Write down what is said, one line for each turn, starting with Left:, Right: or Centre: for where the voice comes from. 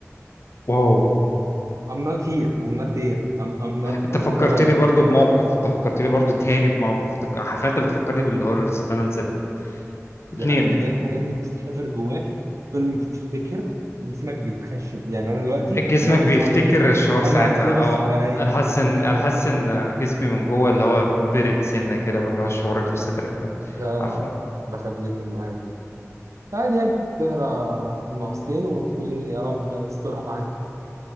Left: واو
Right: I'm not here I'm not there I'm, I'm not
Left: انت
Right: I'm
Left: فكرتني
Right: not alive
Left: برضو بموقف انت فكرتني برضو تاني بموقف انت حرفيا انت بتفكرني بالهوررز اللي انا نسيتها اتنين
Right: دي حقيقة المشكلة إن الحاجات دي بتتحفر جواك كل ما بتفتكر جسمك بيتخشب يعني أنا دلوقتي
Left: جسمك
Right: عمال أبص
Left: بيفتكر
Right: حواليا
Left: الشعور
Right: أنا
Left: ساعتها
Right: عمال أبص
Left: اه
Right: حواليا
Left: انا حاسس
Right: أنت
Left: ان
Right: مش
Left: انا
Right: متخيل
Left: حاسس ان جسمي من جوه اللي هو برد سنه كده واللي هو الشعور اللي في صدرك ده
Right: آه
Left: عارفه
Right: بخاف جدا من الحاجات دي عادي يعني تقرا المقصتين وتقول يا رب استرها معايا